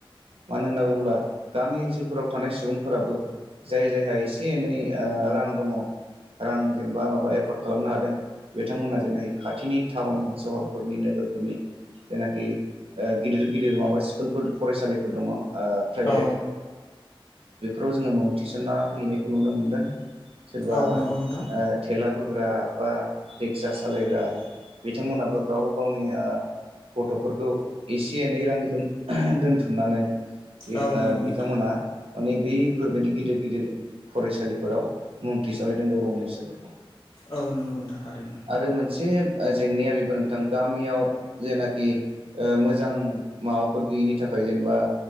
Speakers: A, on the right; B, on the left.
A: मानो होनना बुङोब्ला गामि ओनसो सोलफोराव थानाय सुबुंफोराबो जाय जायहा एसे एनै ओ रां दङ रां जेनेबा माबा एफर्ड खालामनो हादों बिथांमोना जेनै खाथिनि टाउन सहरफोरनि नोगोरफोरनि जेनाखि ओ गिदिर गिदिर माबा स्कुलफोर फरायसालिफोर दङ ओ प्राइभेट
B: औ
A: बेफोराव जोङो मुं थिसन्ना हैनायखौ नुनो मोनदों। सोरबा
B: औ
A: ओ
B: नंगौ नोंथां
A: थेला बोग्रा बा रिक्सा सालायग्रा बिथांमोनाबो गाव गावनिया गथ'फोर खौ एसे एनै रां दोन-दोनथुमनानै बे
B: औ नंगौ
A: बिथांमोनहा
B: नोंथां
A: माने बैफोरबायदि गिदिर-गिदिर फरायसालिफोराव मुं थिसन हैदों गाव गावनि फिसाफोरखौ
B: औ नंगौ नोंथां थारैनो
A: आरो मोनसे ओ जेंनाया बेबो नों थां गामियाव जेनाखि ओ मोजां माबाफोर गैयिनि थाखाय जेनेबा